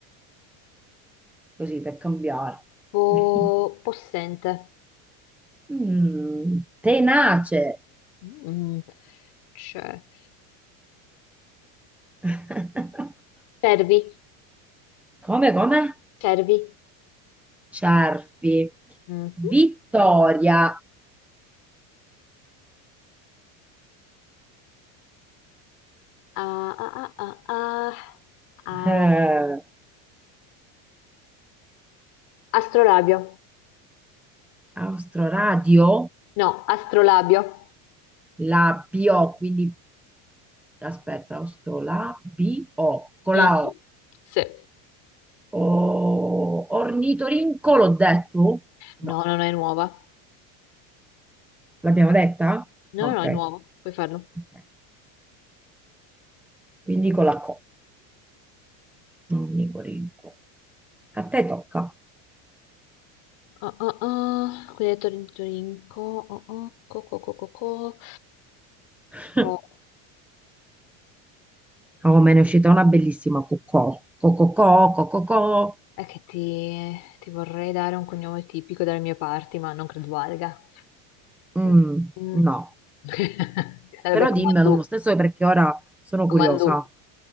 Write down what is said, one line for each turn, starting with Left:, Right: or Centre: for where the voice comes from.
Centre: così per cambiare.
Left: Po-
Centre: <laughs>
Left: possente.
Centre: Mm, tenace.
Left: Mm, c'è.
Centre: <laughs>
Left: Cervi,
Centre: Come, come?
Left: cervi.
Centre: Cervi.
Left: Mhm.
Centre: Vittoria.
Left: Ah, ah, ah, ah, ah, ah.
Centre: Eh,
Left: Astrolabio.
Centre: Austroradio,
Left: No, astrolabio.
Centre: la bio, quindi aspetta, Austro, la bio, con
Left: Mm.
Centre: la
Left: Sì.
Centre: O. O- ornitorinco, l'ho detto?
Left: No,
Centre: No.
Left: no, no, è nuova.
Centre: L'abbiamo detta?
Left: No,
Centre: Ok.
Left: no, no, è nuova. Puoi farlo.
Centre: ok. Quindi con la Co, non Nicorinco. A te tocca.
Left: Oh, oh, oh. Quindi hai detto Torin- Torinco. Oh, oh. Co, co, co, co, co.
Centre: <laughs>
Left: Co.
Centre: Oh, me ne è uscita una bellissima cocò. Cococò, cococò.
Left: È che ti, ti vorrei dare un cognome tipico dalle mie parti, ma non credo valga.
Centre: Mm,
Left: Mm. Mm.
Centre: no,
Left: <laughs> Sarebbe
Centre: però
Left: Comandù.
Centre: dimmelo lo stesso perché ora sono curiosa.
Left: Comandù.